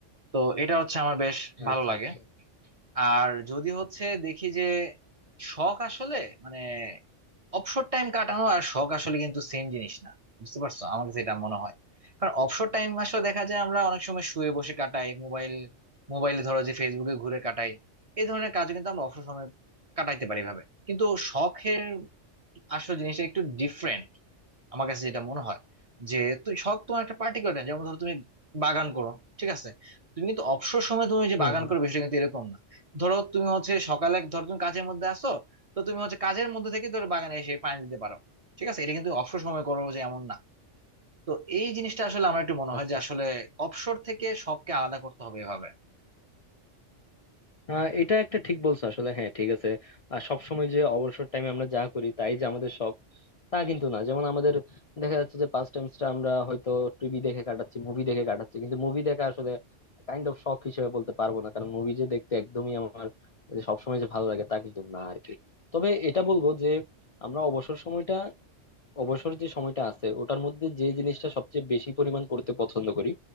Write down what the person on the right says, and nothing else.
তো এটা হচ্ছে আমার বেশ
ভালো
লাগে
আর যদি হচ্ছে দেখি যে শখ আসলে মানে অবসর টাইম কাটানো আর শখ আসলে কিন্তু সেম জিনিস না বুঝতে পারছো আমার কাছে এটা মনে হয় কারণ অবসর টাইম আসলে দেখা যায় আমরা অনেক সময় শুয়ে বসে কাটাই মোবাইল মোবাইলে ধরো যে ফেসবুকে ঘুরে কাটাই এই ধরনের কাজ কিন্তু আমরা অবসর সময় কাটাইতে পারি এভাবে কিন্তু শখের আসল জিনিসটা একটু ডিফারেন্ট আমার কাছে যেটা মনে হয় যে তুই শখ তোমার একটা পার্টিকুলার টাইম যেমন ধরো তুমি বাগান করো ঠিক আছে তুমি কিন্তু অবসর সময় তুমি যে
বাগান
করো বিষয়টা কিন্তু এরকম না ধরো তুমি হচ্ছে সকালে এক- ধরো তুমি কাজের মধ্যে আসো তো তুমি হচ্ছে কাজের মধ্যে থেকে ধরো বাগানে এসে পানি দিতে পারো ঠিক আছে এটা কিন্তু অবসর সময় করো যে এমন না তো এই জিনিসটা আসলে আমার একটু মনে হয়
যে আসলে অবসর থেকে শখকে আলাদা করতে হবে এভাবে